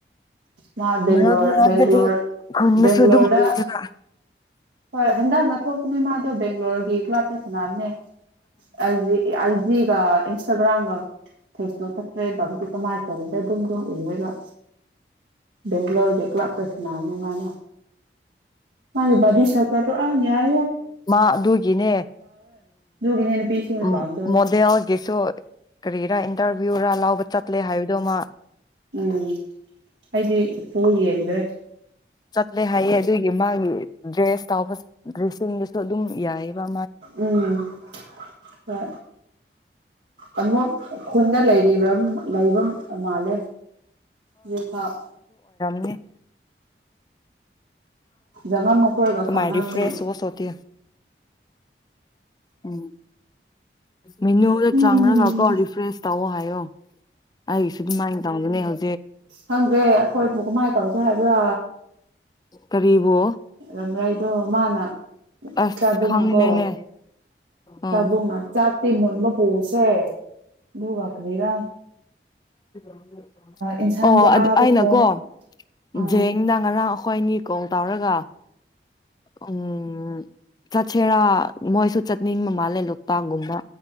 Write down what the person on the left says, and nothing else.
ꯃꯔꯛ ꯃꯔꯛꯇꯗꯤ
ꯈꯨꯟꯗꯁꯨ
ꯑꯗꯨꯝ ꯎꯌꯦꯕ
ꯃꯥ ꯑꯗꯨꯒꯤꯅꯦ
ꯎ
ꯃꯣꯗꯦꯜꯒꯤꯁꯨ ꯀꯔꯤꯔꯥ ꯏꯟꯇꯔꯚꯤꯌꯨꯔꯥ ꯂ ꯆꯠꯂꯦ ꯍꯥꯏꯕꯗꯨꯃ
ꯆꯠꯂꯦ ꯍꯥꯏꯌꯦꯦ ꯑꯗꯨꯒꯤ ꯃꯥꯒꯤ ꯗ꯭ꯔꯦꯁ ꯇꯥꯎꯕ ꯤꯡꯗꯁꯨ ꯑꯗꯨꯝ ꯌꯥꯏ ꯗ
ꯅꯤ
ꯎꯝ
ꯨꯥꯏ ꯔꯤꯐ꯭ꯔꯦꯁ ꯁꯣꯇ ꯎꯝ ꯃꯦꯅꯨꯗ
ꯆꯥꯡꯔꯒꯀꯣ ꯔꯤꯐ꯭ꯔꯦꯁ ꯇꯧꯑꯣ ꯍꯥꯏꯌꯣ ꯑꯩ ꯁꯤꯃꯥꯏ ꯇꯗꯅꯦ ꯍꯧ
ꯀꯔꯤꯕꯨ
ꯑꯁ
ꯈꯪꯗꯦꯅꯦ
ꯑꯥ
<inaudible>
ꯑꯣ ꯑꯗꯨ
ꯑꯩꯅꯀꯣ
ꯖꯦꯡꯗ ꯉꯔꯥꯡ ꯍꯣꯏꯅꯤ ꯀꯣꯜ ꯇꯧꯔꯒ ꯎꯝ ꯆꯠꯁꯦꯔꯥ ꯃꯣꯏꯁꯨ ꯆꯠꯅꯤꯡꯕ ꯃꯥꯜꯂꯦ ꯂꯣꯛꯇꯥꯛꯒꯨꯝꯕ